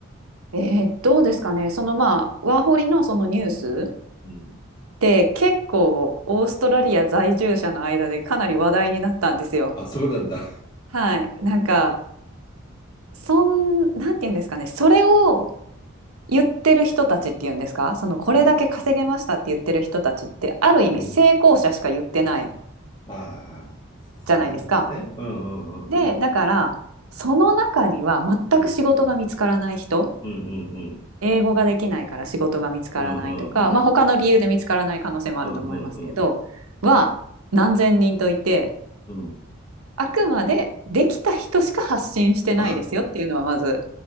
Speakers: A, on the right (about 85°); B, on the left (about 20°).
A: えーどうですかね。そのまあ、ワーホリのそのニュース
B: う。うん。
A: って結構オーストラリア在住者の間でかなり話題になったんですよ。
B: あ、そうなんだ。
A: はい。なんか、そん、なんて言うんですかね。それを言ってる人たちっていうんですか。そのこれだけ稼げましたって言ってる人たちってある意味成功者しか言ってない
B: うん。うん。ああ、
A: じゃないですか。
B: なるほどね。うんうんうんうん。
A: で、だから、その中には全く仕事が見つからない人、
B: うんうんうんうん。
A: 英語ができないから仕事が見つからないとか、
B: うんうんうん。
A: まあ他の理由で見つからない可能性もあると思いますけど、
B: うんうん
A: は何千人といて、
B: うん。うん。
A: あくまでできた人しか発信してないですよっていうのはまず
B: あ、